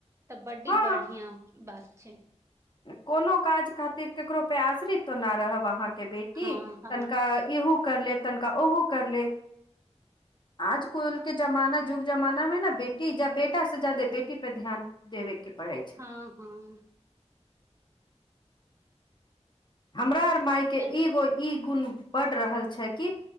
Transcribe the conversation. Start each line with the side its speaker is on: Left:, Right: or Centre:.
Right: तऽ बड्डी
Left: हँ
Right: बढ़िया बात छै।
Left: कोनो काज खातिर ककरो पे आश्रित त न रहब अहाँके। के बेटी
Right: हँ हँ
Left: तनिका इहूक कर ले तनिका ओहो कर ले, आजकल के जमाना युग जमाना मे ना बेटी बेटा से जादे बेटी पे ध्यान देबे के पड़ै छै।
Right: हँ हँ
Left: हमरा आर मायके
Right: तऽ
Left: एगो ई गुण बड रहल छै कि